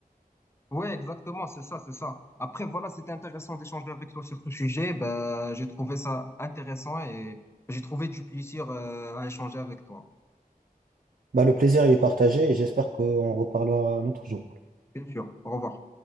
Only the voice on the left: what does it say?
ouais, exactement, c'est ça, c'est ça. Après, voilà, c'était intéressant d'échanger avec toi sur ce sujet. Ben, j'ai trouvé ça intéressant et j'ai trouvé du plaisir, euh, à échanger avec toi.
Bien sûr, au revoir.